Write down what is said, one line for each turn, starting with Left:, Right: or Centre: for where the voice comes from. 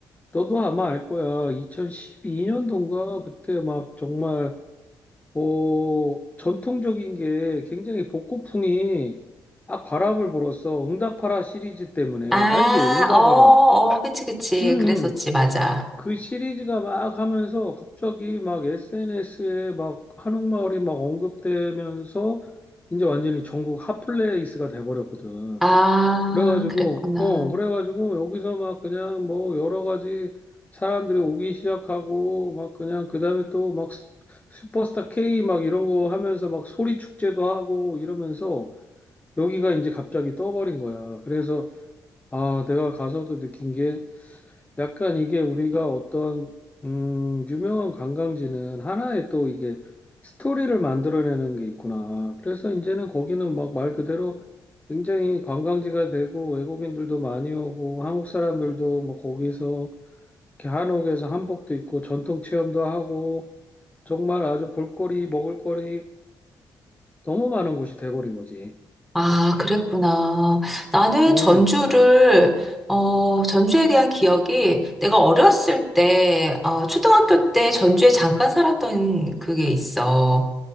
Left: 너도 아마 알 거야. 2012년도인가 그때 막 정말 어 전통적인 게 굉장히 복고풍이 아 바람을 불었어. 응답하라 시리즈 때문에
Centre: 아,
Left: 알지? 응답하라.
Centre: 어, 어, 그치, 그치.
Left: 음,
Centre: 그랬었지,
Left: 음.
Centre: 맞아.
Left: 그 시리즈가 막 하면서 갑자기 막 SNS에 막 한옥마을이 막 언급되면서 이제 완전히 전국 핫플레이스가 돼버렸거든.
Centre: 아,
Left: 그래가지고,
Centre: 그랬구나.
Left: 어, 그래가지고, 여기서 막 그냥 뭐 여러 가지 사람들이 오기 시작하고, 막 그냥, 그 다음에 또 막 슈퍼스타 K 막 이런 거 하면서 막 소리 축제도 하고 이러면서 여기가 이제 갑자기 떠버린 거야. 그래서, 아, 내가 가서도 느낀 게, 약간 이게 우리가 어떤 음, 유명한 관광지는 하나의 또 이게 스토리를 만들어내는 게 있구나. 그래서 이제는 거기는 막 말 그대로 굉장히 관광지가 되고 외국인들도 많이 오고 한국 사람들도 뭐 거기서 이렇게 한옥에서 한복도 입고 전통 체험도 하고 정말 아주 볼거리 먹을거리 너무 많은 곳이 돼버린 거지.
Centre: 아, 그랬구나. 나는
Left: 음,
Centre: 전주를, 어, 전주에 대한 기억이 내가 어렸을 때, 아, 초등학교 때 전주에 잠깐 살았던 그게 있어.